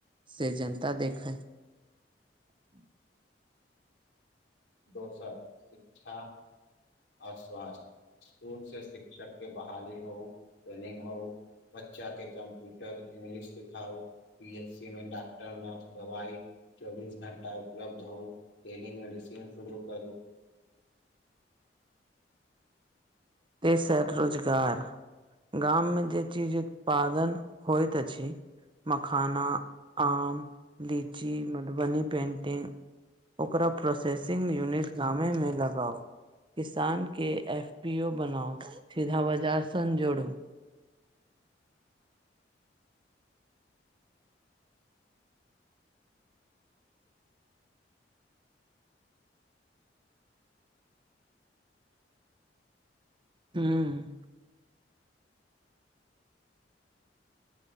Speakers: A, on the right (about 30°); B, on the left (about 80°).
A: से जनता देखै। <inaudible>
B: दोसर शिक्षा आ स्वास्थ्य। स्कूल से शिक्षक के बहाली होउ, ट्रेनिंग होउ। बच्चा के कम्प्यूटर, इंग्लिश सिखाउ। पी एच सी मे डॉक्टर, नर्स, दवाई। चौबीस घंटा उपलब्ध होउ। डेली मेडिसिन शुरू करू।
A: तेसर रोजगार। गाम मे जे चीज उत्पादन होइत अछि। मखाना, आम, लीची, मधुबनी पेंटिंग। ओकरा प्रोसेसिंग यूनिट गामेमे लगाउ। किसान के एफ पी ओ बनाउ। सीधा बजार सन जोड़ू। हूँ